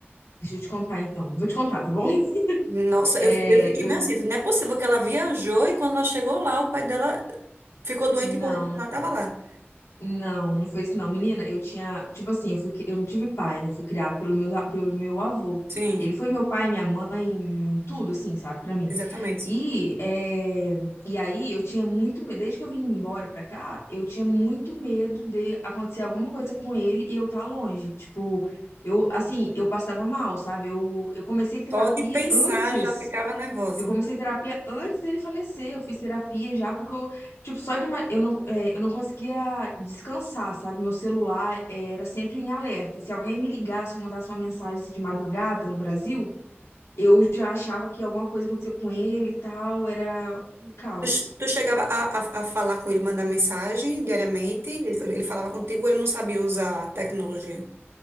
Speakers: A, on the left; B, on the right.
A: Deixa eu te contar então. Vou te contar, tá bom? <laughs>
B: Nossa,
A: É,
B: eu, eu fiquei
A: eu.
B: meio assim, não é possível que ela viajou e quando ela chegou lá, o pai dela ficou doente
A: Não,
B: e morreu quando ela tava lá.
A: não, não foi isso não. Menina, eu tinha. Tipo assim, eu fui, cri- eu não tive pai, né? Eu Fui criado pelo meu, a- pelo meu avô.
B: Sim,
A: Ele foi meu pai, minha mãe, tudo, assim, sabe, pra mim.
B: exatamente.
A: E, é, e aí eu tinha muito medo. Desde que eu vim embora pra cá, eu tinha muito medo de acontecer alguma coisa com ele e eu estar longe. Tipo, eu, assim, eu passava mal, sabe? Eu, eu comecei terapia
B: Só de pensar
A: antes.
B: já ficava nervosa.
A: Eu comecei terapia antes dele falecer. Eu fiz terapia já, porque eu, tipo, só de. ima- Eu não, é, eu não conseguia descansar, sabe? Meu celular é, era sempre em alerta. Se alguém me ligasse, mandasse uma mensagem assim, de madrugada no Brasil, eu já achava que alguma coisa aconteceu com ele e tal. Era um caos.
B: Tu, che- tu chegava a, a, a falar com ele, mandar mensagem diariamente, ele, ele falava contigo, ou ele não sabia usar a tecnologia.